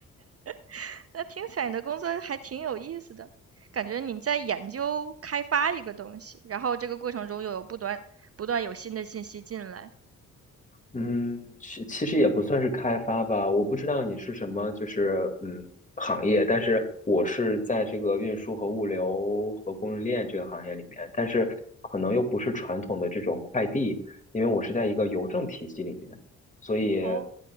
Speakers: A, on the right; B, on the left.
A: <laughs> 那听起来你的工作还挺有意思的，感觉你在研究开发一个东西，然后这个过程中又有不断不断有新的信息进来。
B: 嗯，其其实也不算是开发吧，我不知道你是什么，就是嗯行业，但是我是在这个运输和物流和供应链这个行业里面，但是可能又不是传统的这种快递，因为我是在一个邮政体系里面，所以
A: 哦，